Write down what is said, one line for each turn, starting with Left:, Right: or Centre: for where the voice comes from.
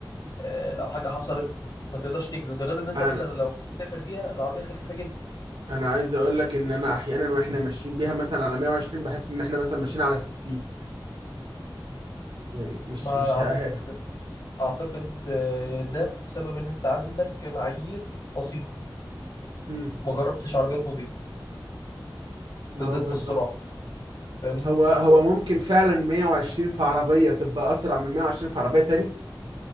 Left: آه، لو حاجة حصلت ما تقدرش تجري وده غير ان انت
Right: أنا
Left: مثلا لو تسافر بيها العربية خفيفة جدا
Right: أنا عايز أقولك إن أنا أحيانا وإحنا ماشيين بيها مثلا على 120 بحس إن إحنا مثلا ماشيين على 60 يعني مش
Left: ما
Right: مش عارف
Left: اعتقد اعتقد آه، ده بسبب ان انت عندك معايير بسيطه
Right: امم
Left: ما جربتش عربيات نظيفه
Right: ما
Left: بالذات
Right: هو بالظبط
Left: في السرعه فاهمني
Right: هو هو ممكن فعلا 120 في عربية تبقى أسرع من 120 في عربية تاني